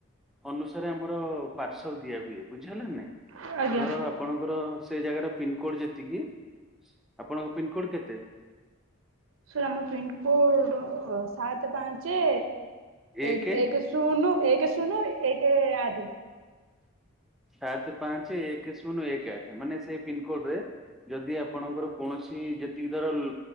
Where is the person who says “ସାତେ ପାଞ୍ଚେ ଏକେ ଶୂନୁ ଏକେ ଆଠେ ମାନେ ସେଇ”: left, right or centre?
Centre